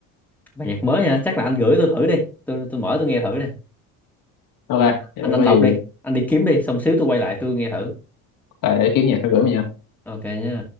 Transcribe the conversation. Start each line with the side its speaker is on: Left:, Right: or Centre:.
Centre: bài nhạc mới hả chắc là anh gửi tôi thử đi tôi tôi mở tôi nghe thử nè
Left: ok
Centre: anh
Left: vậy
Centre: anh anh
Left: có
Centre: lọc
Left: gì
Centre: đi anh đi kiếm đi xong xíu tôi quay lại tôi nghe thử
Left: phải kiếm nhạc rồi gửi mình nha.
Centre: ok nha